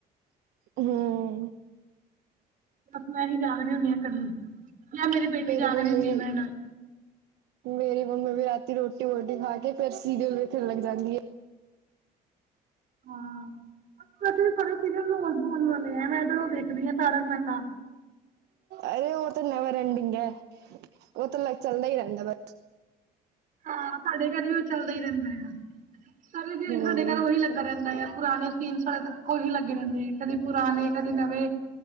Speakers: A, on the right; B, on the right.
A: ਹਮ
B: ਬਸ ਮੈਂ ਹੀ ਜਾਗ ਰਹੀ ਹੁੰਦੀ ਆਂ ਕੱਲੀ ਜਾਂ ਮੇਰੀ ਬੇਟੀ ਜਾਗ
A: ਮੰਮੀ
B: ਰਹੀ ਹੁੰਦੀ ਆ
A: ਵੀ
B: ਮੇਰੇ ਨਾਲ
A: ਮੇਰੀ ਮੰਮੀ ਵੀ ਰਾਤੀ ਰੋਟੀ-ਵੋਟੀ ਖਾ ਕੇ ਫੇਰ ਸੀਰੀਅਲ ਵੇਖਣ ਲੱਗ ਜਾਂਦੀ ਏ
B: ਹਾਂ ਵੇਸੇ ਵੀ ਸਾੜੇ ਸੀਰਿਅਲ ਰੋਣ-ਧੋਣ ਵਾਲੇ ਆ, ਮੈਂ ਤਾਂ ਉਹ ਦੇਖਦੀ ਆਂ ਤਾਰਕ ਮਹਿਤਾ
A: ਅਰੇ ਉਹ ਤਾਂ ਨੈਵਰ ਐਂਡਿੰਗ ਐ, ਉਹ ਤਾਂ ਚੱਲਦਾ ਹੀ ਰਹਿੰਦਾ ਬ
B: ਹਾਂ, ਸਾਡੇ ਘਰ ਵੀ ਉਹ ਚੱਲਦਾ ਹੀ ਰਹਿੰਦਾ ਆ। ਸਾਰੇ ਦਿਆੜੀ
A: ਹੂੰ
B: ਸਾਡੇ ਘਰ ਉਹੀ ਲੱਗਾ ਰਹਿੰਦਾ ਆ, ਪੁਰਾਣੇ ਸੀਨ ਸਾਡੇ ਉਹੀ ਲੱਗੇ ਰਹਿੰਦੇ ਆ ਕਦੇ ਪੁਰਾਣੇ ਕਦੇ ਨਵੇਂ